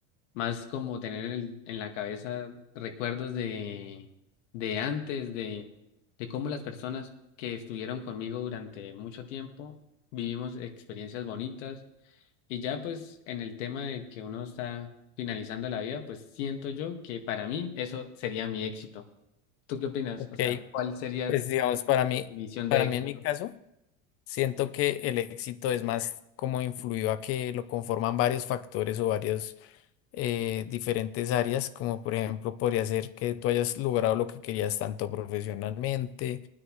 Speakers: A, on the left; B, on the left.
A: Más como tener en, el- en la cabeza recuerdos de, de antes, de, de cómo las personas que estuvieron conmigo durante mucho tiempo vivimos experiencias bonitas. Y ya pues en el tema de que uno está finalizando la vida, pues siento yo que para mí eso sería mi éxito ¿Tú qué opinas?
B: ok.
A: O sea, ¿cuál sería
B: Pues digamos, para
A: tu
B: mí,
A: definición
B: para
A: de éxito?
B: mí en mi caso, siento que el éxito es más como influido a que lo conforman varios factores o varios eh, diferentes áreas, como por ejemplo podría ser que tú hayas logrado lo que querías tanto profesionalmente,